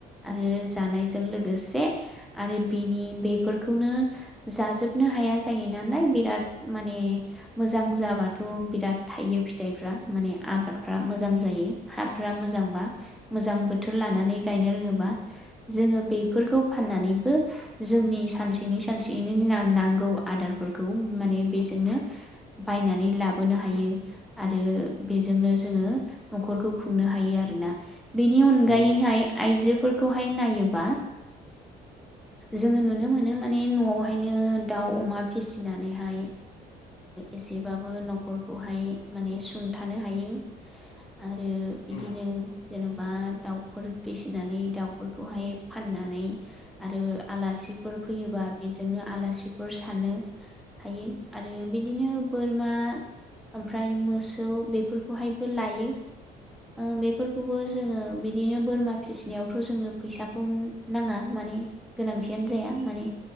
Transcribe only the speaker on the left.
नंगौ नोंथां
<inaudible>
औ